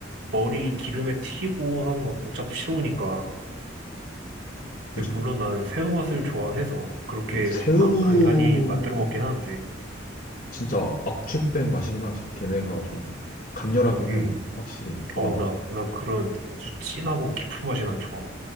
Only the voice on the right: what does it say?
머리 기름에 튀고 하면 막 복잡스러우니까.
근데 물론 나는 새우 맛을 좋아해서 그렇게
가- 간간히 만들어 먹긴 하는데.
음,
어,
나, 난 그런 아주 진하고 깊은 맛이 난 좋아.